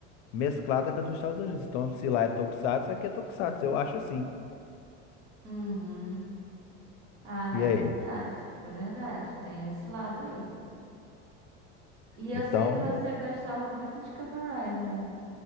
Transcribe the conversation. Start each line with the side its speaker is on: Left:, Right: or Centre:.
Left: mesclada com a dos Estados Unidos. Então, se lá é Tokusatsu, aqui é Tokusatsu. Eu acho assim.
Right: Uhum. Ah,
Left: E
Right: é
Left: aí?
Right: verdade. É verdade. Tem esse lado aí. E eu
Left: Então,
Right: sei que você gostava muito de Kamen Rider, né?